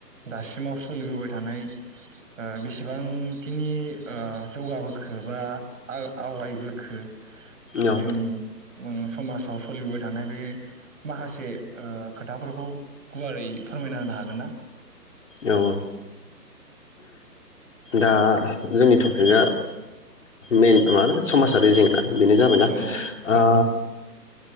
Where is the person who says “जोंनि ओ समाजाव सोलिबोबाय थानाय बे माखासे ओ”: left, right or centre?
Right